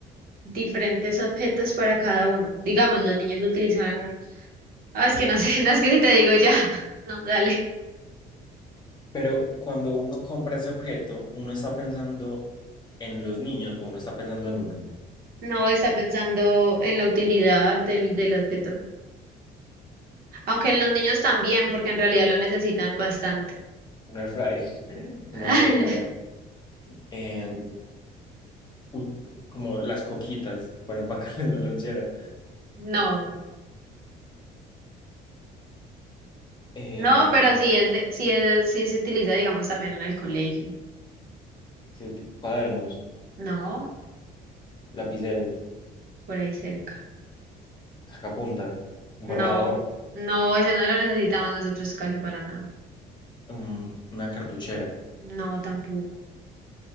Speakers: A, on the right; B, on the left.
A: diferentes objetos para cada uno. Digamos, los niños lo utilizan, ah, es que no sé, <laughs> no, es que si te digo ya, <laughs> no, dale.
B: pero cuando uno compra ese objeto, uno está pensando en los niños o uno está pensando en uno.
A: No está pensando en la utilidad del, del objeto. Aunque en los niños también, porque en realidad lo necesitan bastante.
B: Un air fryer. <laughs>
A: <laughs>
B: No sé, a ver. eh, u- como las coquitas para empacarle <laughs> la lonchera.
A: No,
B: eh,
A: no, pero sí es de, sí es, sí se utiliza, digamos, también en el colegio.
B: se uti- cuadernos,
A: No,
B: lapiceros,
A: por ahí cerca.
B: sacapuntas, borrador,
A: No, no, ese no lo necesitamos nosotros casi para nada.
B: mm, una cartuchera.
A: No, tampoco.